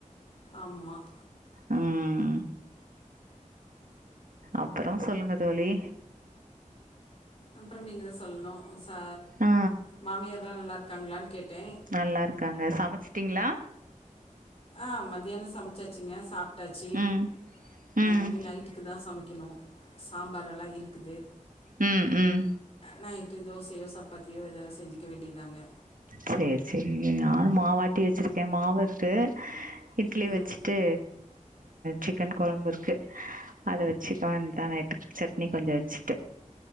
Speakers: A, on the left; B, on the right.
A: ஆமாம்
B: உம் அப்பறொ சொல்லுங்க தோழி
A: அப்பறொ நீங்க தா சொல்லணு ச
B: ஆ
A: மாமியார்லா நல்லார்க்காங்ளான் கேட்டே
B: நல்லார்க்காங்க சமச்சிட்டீங்ளா
A: ஆ மத்தியானொ சமைச்சாச்சுங்க சாப்டாச்சு
B: ம் ம்
A: இனி நைட்டுக்கு தா சமைக்கணு சாம்பாரெல்லா இருக்குது
B: உம் உம்
A: நைட்டு தோசையோ சப்பாத்தியோ எதாது செஞ்சுக்க வேண்டியதாங்க
B: சேரி சேரி நானு மாவட்டி வச்சிருக்கெ மாவிர்க்கு இட்லி
A: ம்
B: வச்சுட்டு சிக்கன் கொழம்பிர்க்கு அத வச் சிக்கன் தா நைட்டுக்கு சட்னி கொஞ்ச வச்சுட்ட